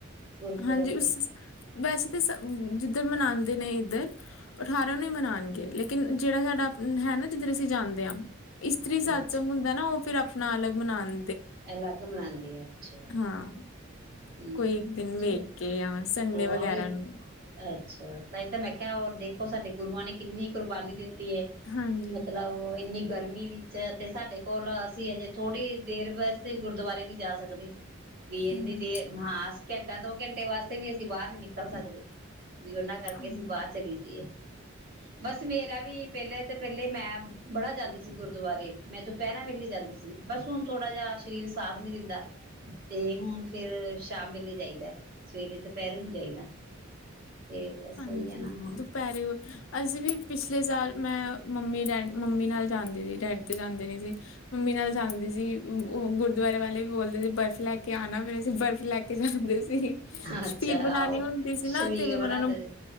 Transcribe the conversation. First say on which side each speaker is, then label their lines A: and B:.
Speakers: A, on the right; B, on the left.
A: ਗੁਰਪੁਰਬ
B: ਹਾਂਜੀ ਉਸ
A: ਤੇ
B: ਵੈਸੇ <unintelligible> ਜਿੱਧਰ ਮਨਾਉ ਨੇ ਇੱਧਰ ਅਠਾਰਾਂ ਨੂੰ ਹੀ ਮਨਾਣਗੇ ਲੇਕਿਨ ਜਿਹੜਾ ਸਾਡਾ ਹੈ ਨਾ ਜਿੱਧਰ ਅਸੀਂ ਜਾਂਦੇ ਹਾਂ ਇਸਤਰੀ ਸਤਸੰਗ
A: ਅੱਛਾ
B: ਹੁੰਦਾ ਨਾ ਉਹ ਫਿਰ ਆਪਣਾ ਅਲੱਗ <unintelligible>
A: ਅਲੱਗ ਬਣਾਂਦੇ ਆ ਅੱਛਾ
B: ਹਾਂ
A: ਹਮ
B: ਕੋਈ ਇੱਕ ਦਿਨ ਵੇਖ ਕੇ ਜਾਂ ਸੰਡੇ
A: ਹਾਂ
B: ਵਗੈਰਾ
A: ਉਹ
B: ਨੂੰ
A: ਅੱਛਾ ਤਾਂ ਹੀ ਤਾਂ ਮੈਂ ਕਿਹਾ ਹੋਰ ਦੇਖੋ ਸਾਡੇ ਗੁਰੂਆਂ ਨੇ ਕਿੰਨੀ ਕੁਰਬਾਨੀ ਦਿੱਤੀ
B: ਹਾਂਜੀ
A: <unintelligible> ਮਤਲਬ ਉਹ ਇੰਨੀ ਗਰਮੀ ਵਿੱਚ ਤੇ ਸਾਡੇ ਕੋਲ ਅਸੀਂ ਹਜੇ ਥੋੜੀ ਦੇਰ ਵ <unintelligible> ਗੁਰਦੁਆਰੇ ਵੀ ਜਾ ਸਕਦੇ <unintelligible>
B: ਹਮ
A: ਘੰਟਾ ਦੋ ਘੰਟੇ ਵਾਸਤੇ ਵੀ ਅਸੀਂ ਬਾਹਰ ਨੀ ਨਿਕਲ ਸਕਦੇ ਬਈ ਉਹਨਾਂ ਕਰਕੇ
B: ਹਮ
A: ਅਸੀਂ ਬਾਹਰ ਚੱਲੇ ਜਾਈਏ ਬਸ ਮੇਰਾ ਵੀ ਪਹਿਲੇ ਤੇ ਪਹਿਲੇ ਮੈਂ ਬੜਾ ਜਾਂਦੀ ਸੀ ਗੁਰਦੁਆਰੇ ਮੈਂ ਦੁਪਹਿਰਰਾ ਵੇਲੇ ਜਾਂਦੀ ਸੀ ਬਸ ਹੁਣ ਥੋੜਾ ਸਰੀਰ ਸਾਥ ਨਹੀ ਦਿੰਦਾ ਤੇ ਹੁਣ ਫੇਰ ਸ਼ਾਮ ਵੇਲੇ ਜਾਈਦਾ ਸਵੇਰੇ ਦੁਪਹਿਰੇ ਨੀ ਜਾਈਦਾ ਤੇ ਬਸ
B: ਹਾਂਜੀ
A: ਉਹੀ ਹੈ ਨਾ
B: ਦੁਪਹਿਰੇ ਅਸੀਂ ਵੀ ਪਿਛਲੇ ਸਾਲ ਮੈਂ ਮੰਮੀ ਡੈਡੀ ਮੰਮੀ ਨਾਲ ਜਾਂਦੀ ਸੀ ਡੈਡੀ ਤੇ ਜਾਂਦੇ ਨੀ ਸੀ ਮੰਮੀ ਨਾਲ ਜਾਂਦੀ ਸੀ ਉਹ ਗੁਰਦੁਆਰੇ ਵਾਲੇ ਵੀ ਬੋਲਦੇ ਸੀ ਬਰਫ਼ ਲੈ ਕੇ ਆਉਣਾ ਫੇਰ ਅਸੀ ਬਰਫ਼ ਲੈ ਕੇ <unintelligible> ਛੱਬੀਲ
A: ਹਾਂ ਅੱਛਾ
B: ਬਣਾਣੀ
A: ਆਹੋ
B: ਹੁੰਦੀ ਸੀ
A: ਸ਼ਵੀਲ
B: ਨਾ ਤੇ ਫਿਰ
A: ਬਣਾਦੇ
B: ਉਹਨਾਂ ਨੂੰ
A: ਦੇ